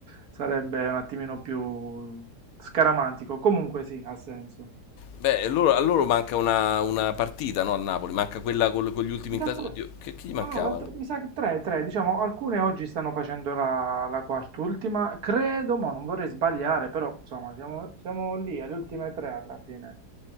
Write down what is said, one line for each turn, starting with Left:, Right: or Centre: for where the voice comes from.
Right: sarebbe un attimino più scaramantico. Comunque sì, ha senso.
Left: Beh, loro- a loro manca una, una partita, no? Al Napoli, manca quella col- con gli ultimi
Right: Mi
Left: in
Right: sa
Left: classe.
Right: tre,
Left: Oddio, che, chi gli mancava?
Right: no, no, la tre- mi sa che tre, tre, diciamo, alcune oggi stanno facendo la, la quart'ultima, credo, ma non vorrei sbagliare, però insomma, siamo, siamo lì, alle ultime tre alla fine.